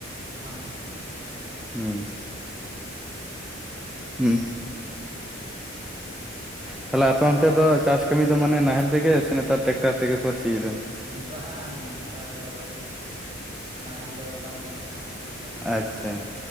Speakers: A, on the right (about 45°); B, in the centre.
A: ᱦᱟᱸ᱾
B: ᱦᱩᱸ᱾
A: ᱴᱷᱤᱠ ᱴᱷᱤᱠ᱾
B: ᱦᱩᱸ᱾ ᱛᱟᱦᱞᱮ ᱟᱯᱮ ᱚᱱᱛᱮ ᱫᱚ ᱪᱟᱥ ᱠᱟᱹᱢᱤ ᱫᱚ ᱢᱟᱱᱮ ᱱᱟᱦᱮᱞ ᱛᱮᱜᱮ ᱥᱮ ᱱᱮᱛᱟᱨ ᱴᱮᱠᱴᱟᱨ ᱛᱮᱜᱮ ᱠᱚ ᱥᱤᱭᱫᱟ?
A: ᱵᱟᱝ ᱱᱮᱛᱟᱨ ᱫᱚ ᱱᱟᱦᱮᱞ ᱫᱚ ᱵᱟᱝ ᱧᱮᱞᱚᱜ ᱠᱟᱱᱟ ᱮᱠᱫᱚᱢ, ᱴᱨᱟᱠᱴᱟᱨ
B: ᱟᱪᱪᱷᱟ
A: ᱜᱚᱴᱟ ᱜᱮ